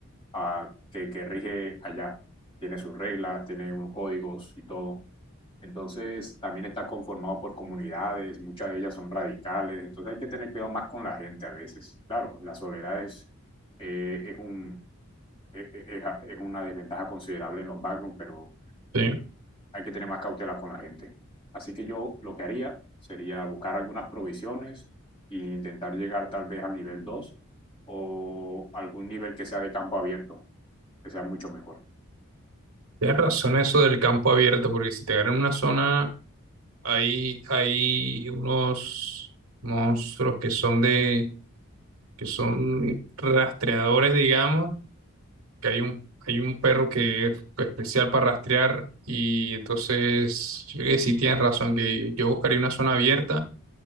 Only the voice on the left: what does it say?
uh, que, que rige allá. Tiene sus reglas, tiene unos códigos y todo. Entonces, también está conformado por comunidades, muchas de ellas son radicales, entonces hay que tener cuidado más con la gente a veces. Claro, la soledad es, eh, es un, es, es- es una desventaja considerable en los backrooms, pero
hay que tener más cautela con la gente. Así que yo lo que haría sería buscar algunas provisiones e intentar llegar tal vez al nivel 2 o algún nivel que sea de campo abierto, que sea mucho mejor.